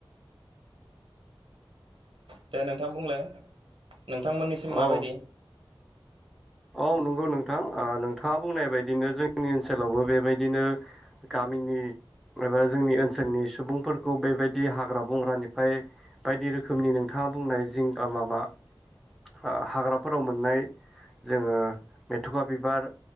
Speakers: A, on the right (about 70°); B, in the centre.
A: दे नोंथां बुंलाय। नोंथांमोननिसिम माबायदि?
B: औ औ नंगौ नोंथां ओ नोंथाङा बुंनाय बायदिनो जों जोंनि ओनसोलावबो बेबायदिनो गामिनि एबा जोंनि ओनसोलनि सुबुंफोरखौ बेबायदि हाग्रा बंग्रानिफ्राय बायदि रोखोमनि नोंथाङा बुंनाय जिं माबा, ओ हाग्राफोराव मोननाय जोङो मेथखा बिबार